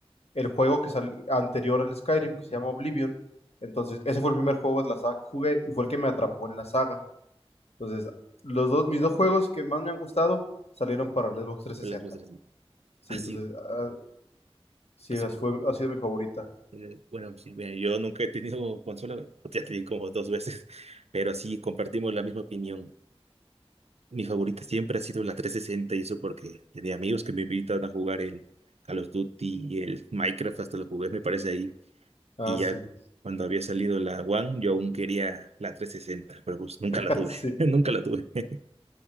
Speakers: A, on the left (about 80°); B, on the right (about 90°).
A: el juego que salió anterior al Skyrim, que se llama Oblivion. Entonces, ese fue el primer juego de la saga que jugué y fue el que me atrapó en la saga. Entonces, los dos, mis dos juegos que más me han gustado salieron para el Xbox 360.
B: ¿Cuál Xbox eres?
A: Sí,
B: Así,
A: entonces, ah, sí,
B: así.
A: esa fue, ha sido mi favorita.
B: Eh, Bueno, sí, mira, yo nunca he tenido consola, <laughs> ya te di como dos veces, pero sí compartimos la misma opinión. Mi favorita siempre ha sido la trescientos sesenta y eso porque tenía amigos que me invitaban a jugar el Call of Duty y el Minecraft, hasta los jugué, me parece ahí.
A: Ah,
B: Y ya
A: sí,
B: cuando había salido la One, yo aún quería la 360, pero pues nunca
A: <laughs>
B: la tuve, <laughs>
A: sí.
B: nunca la tuve. <laughs>